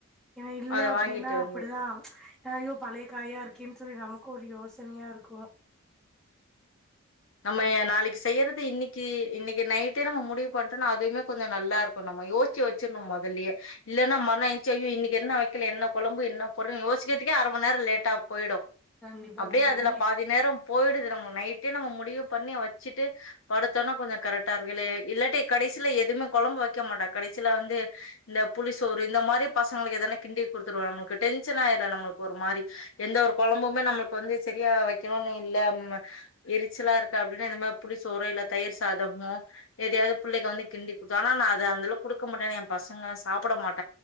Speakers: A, in the centre; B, on the left (about 60°).
A: ஏன்னா இல்ல
B: அத
A: அப்பிடின்னா
B: வாங்கிட்டு
A: அப்பிடிதான்
B: வந்து
A: ஹ ஐயோ பழைய காயா இருக்கேன்னு சொல்லி நமக்கும் ஒரு யோசனையா இருக்கும்
B: நம்ம எ நாளைக்கு செய்யிறது இன்னைக்கு இன்னைக்கு நைட்டே நம்ம முடிவு பண்ட்டோம்னா அதுவுமே கொஞ்சம் நல்லா இருக்கும் நம்ம யோசிச்சு வச்சிருணும் முதல்லேயே இல்லன்னா <unintelligible> இன்னைக்கு என்ன வக்கலே என்ன கொழம்பு என்ன போட்றதுன்னு யோசிக்கிறதுக்கே அர மண்ணேரம் லேட்டாப் போயிடும்
A: கண்டிப்பா
B: அப்டியே
A: கண்டிப்பா
B: அதுல பாதி நேரம் போயிடுது நம்ம நைட்டே நம்ம முடி டிவு பண்ணி வச்சிட்டு படுத்தோன்னா கொஞ்சோ கரெக்டா இருக் இல்ல இல்லாட்டி கடேசிலே எதுவுமே கொழம்பு வைக்க முடாங் கடைசில வந்து இந்த புளி சோறு இந்த மாதிரி பசங்களுக்கு எதான கிண்டி குடுத்துருவோ நமக்கு டென்ஷனா ஆயிரு நம்மக் கு ஒரு மாதிரி எந்த ஒரு கொழம்புமே நம்மளுக்கு வந்து செரியா வக்கணும்னு இல்ல னா எரிச் ச்சலா இருக்கு அப்பிடின்னா இந்த மாதிரி புளி சோறு இல்ல தயிர் சாதமோ எதயாவது புள்ளைக வந்து கிண்டி குடுத்தா ஆனா நா அத அதுலா குடுக்க மாட்டே என் பசங்கல்லாம் சாப்பிட மாட்